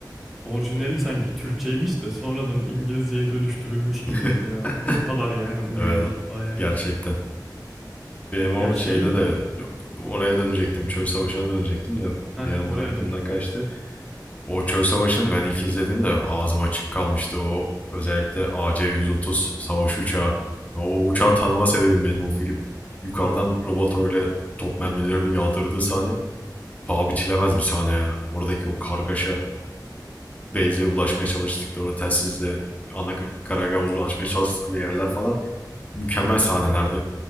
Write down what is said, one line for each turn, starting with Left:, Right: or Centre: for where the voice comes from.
Centre: orijinali sanki Türkçeymiş de sonradan İngilizceye dönüştürülmüş gibi
Left: <laughs>
Centre: duruyor. O kadar yani uyuyor
Left: Evet.
Centre: hatta yani.
Left: Gerçekten. Benim
Centre: Ya
Left: o
Centre: şey...
Left: şeyde de oraya dönecektim. Çöl Savaşı'na dönecektim de
Centre: Heh
Left: bir an
Centre: oraya
Left: aklımdan
Centre: dön.
Left: kaçtı. O çöl savaşını ben ilk izlediğimde ağzım açık kalmıştı. O özellikle AC-130 savaş uçağı. Ve o uçağı tanıma sebebim benim o film. Yukarıdan robot öyle top mermilerini yağdırdığı sahne paha biçilemez bir sahne ya. Oradaki o kargaşa, Beyze ulaşmaya çalıştıkları o telsizle ana karagaha ulaşmaya çalıştıkları yerler falan mükemmel sahnelerdi.